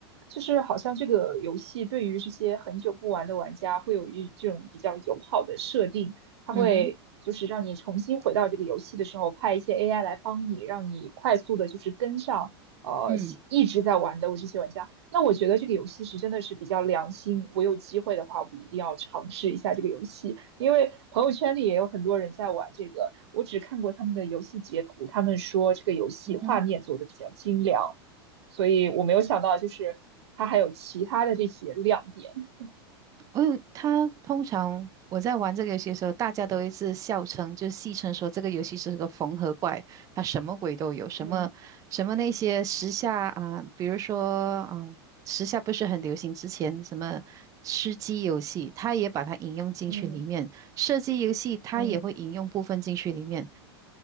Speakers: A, on the right; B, on the right.
A: 就是好像这个游戏对于这些很久不玩的玩家会有一这种比较友好的设定，它会就是让你重新回到这个游戏的时候，
B: 嗯哼，
A: 派一些 AI 来帮你，让你快速的就是跟上呃一直在玩的我这些玩家。
B: 嗯
A: 那我觉得这个游戏是真的是比较良心，我有机会的话，我一定要尝试一下这个游戏，因为朋友圈里也有很多人在玩这个，我只看过他们的游戏截图，他们说这个游戏画面做的比较精良。
B: 嗯哼。
A: 所以我没有想到就是它还有其他的这些亮点。
B: 嗯，他通常我在玩这个游戏的时候，大家都一直笑称，就戏称说这个游戏是个缝合怪，它什么鬼都有，什么什么那些时下啊，
A: 嗯
B: 比如说嗯，时下不是很流行之前什么吃鸡游戏，它也把它引用进去里面，
A: 嗯
B: 射击游戏它也会引用部分进去里面，
A: 嗯